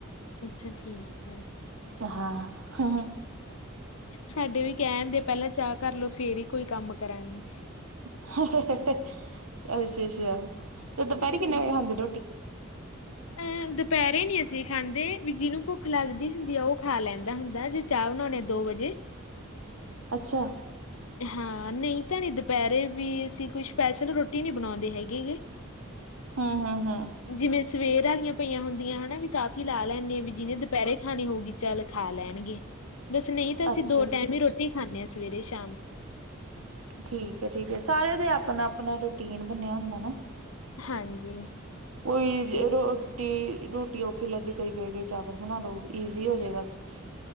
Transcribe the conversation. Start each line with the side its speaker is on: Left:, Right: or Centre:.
Left: ਅੱਛਾ ਠੀਕ ਹੈ।
Right: ਹਾਂ ਹਮ ਹ
Left: ਸਾਡੇ ਵੀ ਕੈਣ ਦੇ ਪੈਲਾਂ ਚਾਹ ਕਰ ਲਓ ਫੇਰ ਹੀ ਕੋਈ ਕੰਮ ਕਰਾਂਗੇ।
Right: ਅੱਛਾ ਅੱਛਾ ਤੇ ਦੁਪਹਿਰੀ
Left: ਹਮ,
Right: ਕਿੰਨੇ ਵਜੇ ਖਾਂਦੇ ਰੋਟੀ
Left: ਅਹ ਦੁਪੈਰੇ ਨੀ ਅਸੀਂ ਖਾਂਦੇ ਵੀ ਜਿਨੂੰ ਭੁੱਖ ਲੱਗਦੀ ਹੁੰਦੀ ਆ ਉਹ ਖਾ ਲੈਂਦਾ ਹੁੰਦਾ ਜ ਚਾਵਣਾਣੇ ਆ ਦੋ ਵਜੇ
Right: ਅੱਛਾ।
Left: ਹਾਂ ਨਹੀਂ ਤਾਂ ਨਹੀਂ ਦੁਪੈਰੇ ਵੀ ਅਸੀਂ ਕੋਈ ਸਪੈਸ਼ਲ ਰੋਟੀ ਨਹੀਂ ਬਣਾਂਦੇ ਹੈਗੇ ਗੇ।
Right: ਹਮ ਹਮ ਹਮ
Left: ਜਿਵੇਂ ਸਵੇਰ ਆਲੀਆਂ ਪਈਆਂ ਹੁੰਦੀਆਂ ਹਨਾ ਵੀ ਕਾਫ਼ੀ ਲਾ ਲੈਂਦੇ ਹਾਂ ਵੀ ਜਿਹਨੇ ਦੁਪੈਰੇ ਖਾਣੇ ਹੋ ਗਈ ਚੱਲ ਖਾ ਲੈਣਗੇ ਬਸ ਨਹੀਂ ਤਾਂ ਅਸੀਂ
Right: ਅੱਛਾ
Left: ਦੋ
Right: ਅੱਛਾ
Left: ਟੈਮ ਹੀ ਰੋਟੀ ਖਾਂਦੇ ਹਾਂ ਸਵੇਰੇ ਸ਼ਾਮ।
Right: ਠੀਕ ਠੀਕ ਸਾਰਿਆਂ ਦੇ ਆਪਣਾ ਆਪਣਾ ਰੂਟੀਨ ਬਣਿਆ ਹੁੰਦਾ ਨਾ
Left: ਹਾਂਜੀ
Right: ਕੋਈ ਰੋਟੀ ਰੋਟੀ ਔਖੀ ਲੱਗਦੀ ਕਈ ਕ ਗਏ ਚਾਵਲ ਬਣਾ ਲੋ ਈਜ਼ੀ ਹੋ ਜਾਏਗਾ। ਸਸ।